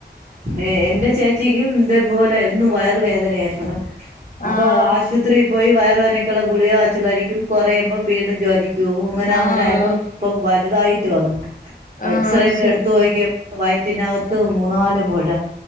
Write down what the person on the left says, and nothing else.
ആഹ്
ആഹ്
ആഹ്
അത്
ശരി